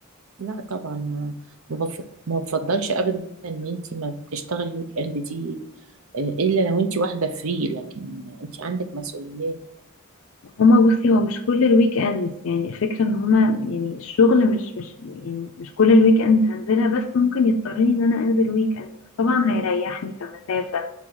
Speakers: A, on the right; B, on the left.
A: لا طبعا ما ما بف- ما بفضلش ابدا ان انت ما تشتغلي ويك اند دي آه، الا لو انت واحده فري لكن انت عندك مسؤوليات
B: هما بصي هو مش كل الويك اندز يعني الفكرة ان هما يعني الشغل مش مش يعني مش كل الويك اندز هنزلها بس ممكن يضطرني ان انا انزل ويك اند بس طبعا هيريحني كمسافة